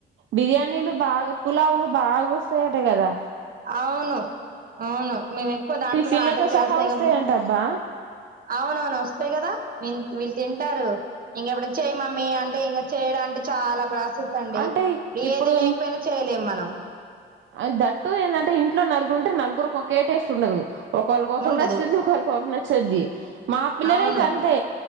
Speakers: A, on the right; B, on the right.
A: బిర్యానీలు బాగా పులావులు బాగా వస్తాయట కదా
B: అవును అవును మేము ఎక్కువ దాంట్లోనే
A: టిఫిన్లతో
B: ఆర్డర్ చేస్తాం
A: సహా వస్తాయంటబ్బా
B: ఇంక అవునవును వస్తయి కదా వీళ్ళు తింటారు ఇంక ఎప్పుడ చేయి మమ్మీ అంటే ఇంక చేయడానికి చాలా ప్రా సండి
A: అంటే ఇప్పుడు
B: ఏది లేకపోయినా చేయలేం మనం
A: అండ్ ద టు ఎందంటే ఇంట్లో నలుగురు ఉంటే నలుగురు ఒకే టేస్ట్ ఉండదు ఒకాల కొకల్
B: ఉండదు
A: న సి దుకాల కొ చ్చది మా పిల్లలైతే
B: అవును
A: అంతే